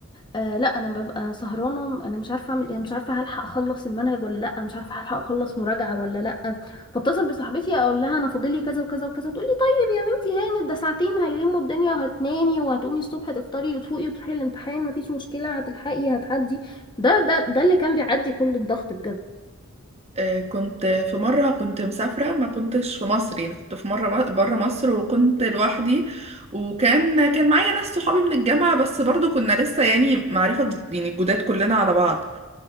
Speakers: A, on the left; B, on the right.
A: آه لا انا ببقى سهرانه انا مش عارفه اعمل ايه مش عارفه هلحق اخلص المنهج ولا لا مش عارفه هلحق اخلص مراجعه ولا لا فاتصل بصاحبتي اقول لها انا فاضل لي كذا وكذا وكذا تقول لي طيب يا بنتي هانت ده ساعتين هيلموا الدنيا وهتنامي وهتقومي الصبح تفطري وتفوقي وتروحي الامتحان مفيش مشكله هتلحقي هتعدي ده ده ده اللي كان بيعدي كل الضغط بجد
B: آه، كنت في مرة كنت مسافرة ما كنتش في مصر يعني كنت في مرة برا مصر وكنت لوحدي وكان كان معايا ناس صحابي من الجامعة بس برضو كنا لسه يعني معرفة يعني جداد كلنا على بعض